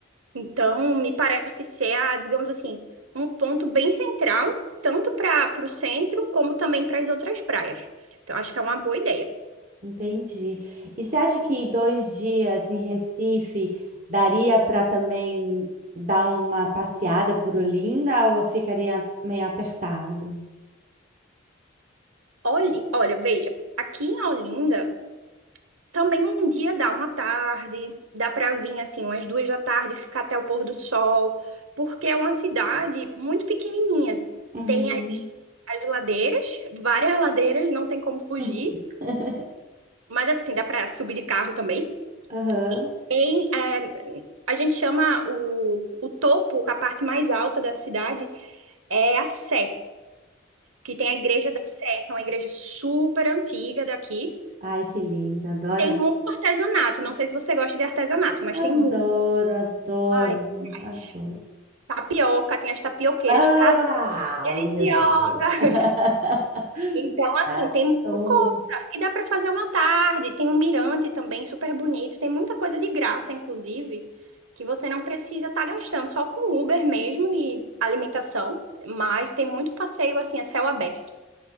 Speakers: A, on the right; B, on the right.
A: Então, me parece ser, a, digamos assim, um ponto bem central, tanto para o centro como também para as outras praias. Então, acho que é uma boa ideia.
B: Entendi. E você acha que dois dias em Recife daria para também dar uma passeada por Olinda ou eu ficaria meio apertado?
A: Olhe, olha, veja, aqui em Olinda também um dia dá uma tarde, dá para vir assim, umas duas da tarde, ficar até o pôr do sol, porque é uma cidade muito pequenininha.
B: Uhum.
A: Tem as, as ladeiras, várias ladeiras, não tem como fugir,
B: <laughs>
A: mas assim, dá para subir de carro também.
B: Aham.
A: E tem, é, a gente chama o, o topo, a parte mais alta da cidade, é a Sé, que tem a Igreja da Sé, que é uma igreja super antiga daqui.
B: Ai, que lindo, adoro.
A: Tem muito artesanato, não sei se você gosta de artesanato, mas tem
B: Adoro,
A: muito.
B: adoro,
A: Ai, mas
B: adoro.
A: tapioca, tem as tapioqueiras,
B: Ai,
A: cara, deliciosa!
B: meu Deus. <laughs>
A: Então, assim,
B: Adoro.
A: tem muita coisa. E dá para fazer uma tarde. Tem um mirante também, super bonito. Tem muita coisa de graça, inclusive, que você não precisa estar gastando só com Uber mesmo e alimentação. Mas tem muito passeio, assim, a céu aberto.